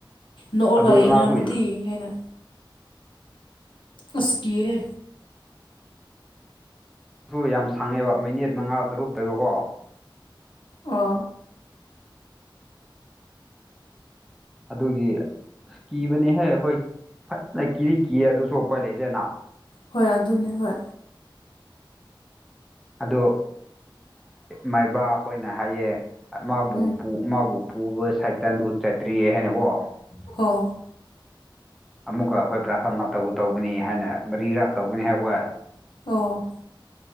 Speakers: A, on the left; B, in the centre.
A: ꯅꯣꯛꯎꯔꯒ
B: ꯑꯗꯨ
A: ꯌꯦꯡꯔꯝꯃꯗꯤ
B: ꯃꯥꯁꯨ ꯌꯥꯝ
A: ꯍꯥꯏꯅ ꯑꯁꯀꯤꯍꯦ
B: ꯑꯗꯨ ꯌꯥꯝ ꯁꯪꯉꯦꯕ ꯃꯤꯅꯤꯠ ꯃꯉꯥ ꯇꯔꯨꯛ ꯇꯣꯏꯕꯀꯣ
A: ꯑꯥ
B: ꯑꯗꯨꯒꯤ ꯑꯁ ꯀꯤꯕꯅꯤꯍꯦ ꯑꯩꯈꯣꯏ ꯐꯅ ꯀꯤꯗꯤ ꯀꯤꯌꯦ ꯑꯗꯨꯁꯨ ꯎꯄꯥꯏ ꯂꯩꯇꯦꯅꯥ
A: ꯍꯣꯏ ꯑꯗꯨꯅꯦ ꯍꯣꯏ
B: ꯑꯗꯣ ꯃꯥꯏꯕ ꯈꯣꯏꯅ ꯍꯥꯏꯌꯦ ꯃꯥꯕꯨ
A: ꯎꯝ
B: ꯄꯨ ꯃꯥꯕꯨ ꯄꯨꯕ ꯁꯥꯏꯇꯟꯗꯨ ꯆꯠꯇ꯭ꯔꯤꯌꯦ ꯍꯥꯏꯅꯀꯣ
A: ꯀꯣ
B: ꯑꯃꯨꯛꯀ ꯑꯩꯈꯣꯏ ꯄ꯭ꯔꯊꯅꯥ ꯇꯧꯒꯗꯧꯕꯅꯤ ꯍꯥꯏꯅ ꯃꯔꯤꯔꯥꯛ ꯇꯧꯕꯅꯤ ꯍꯥꯥꯏ ꯑꯈꯣꯏ
A: ꯑꯣ